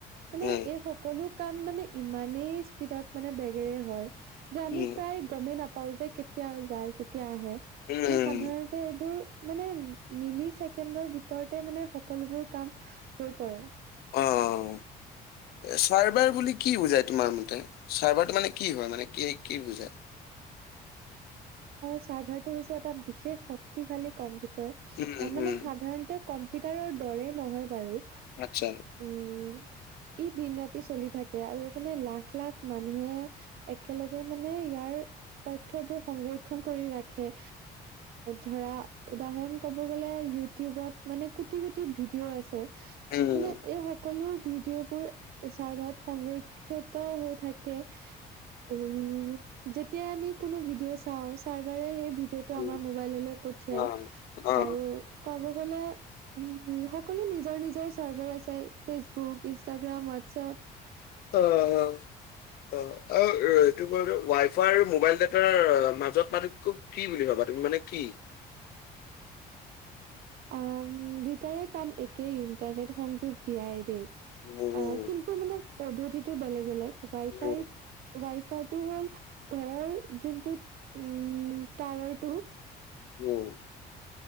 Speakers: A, on the right; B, on the left.
A: মানে
B: উম
A: এই সকলো কাম মানে ইমানেই স্পীডত মানে বেগেৰে হয়। যে আমি
B: উম
A: প্ৰায় গমেই নাপাও যে কেতিয়া যায় কেতিয়া আহে মানে
B: উম
A: সাধাৰণতে এইবোৰ। মানে মিলি ছেকেণ্ডৰ ভিতৰতে মানে সকলোবোৰ কাম হৈ পৰে।
B: উম। চাৰভাৰ বুলি কি বুজাই তোমাৰ মতে চাৰভাৰটো মানে কি হয় মানে কি কি বুজাই।
A: চাৰ্ভাৰ তো এটা হৈছে বিশেষ শক্তিশালী কম্পিউটাৰ
B: উম
A: মানে
B: উম
A: সাধাৰণতে। পিটাৰৰ দৰে নহয় বাৰু।
B: আতছা।
A: উম ই দিন ৰাতি চলি থাকে আৰু মানে লাখ লাখ মানুহে একেলগে মানে ইয়াৰ। বোৰ সংৰক্ষণ কৰি ৰাখে ধৰা উদাহৰণ কব। বলে ইউটিউবত মানে কোটি কোটি ভিডিঅ আছে।
B: উম
A: মানে এই সকলো ভিডিঅ' বোৰ চাৰ্ভাত সংৰক্ষিত হৈ থাকে। উম যেতিয়া আমি কোনো ভিডিঅ' চাওঁ। চাৰ্ভাৰে সেই ভিডিঅ'টো
B: উম
A: আমাৰ মোবাইললৈ পঠিয়াই
B: অ অ
A: আৰু কব গলে। উ সকলো নিজৰ নিজৰ চাৰ্ভাৰ আছে ফেচবুক ইনষ্টাগ্ৰাম হোৱাটছপ।
B: উম উম অ আৰু এইটো কো ৱাই ফাই আৰু মোবাইল ডটাৰ মাজত মাতো কি বুলি ভাবা মানে কি?
A: আম দুয়টাৰে কাম একেই ইণ্টাৰনেট সংযোগ দিয়াই দেই।
B: উম,
A: অ কিন্তু মানে পদ্ধতিতটো বেলেগ বেলেগ ৱাই
B: উম,
A: ফাই ৱাইাই। টো হ'ল ঘৰৰ যোনটো উম টাৱাৰটো।
B: অঁকাৰ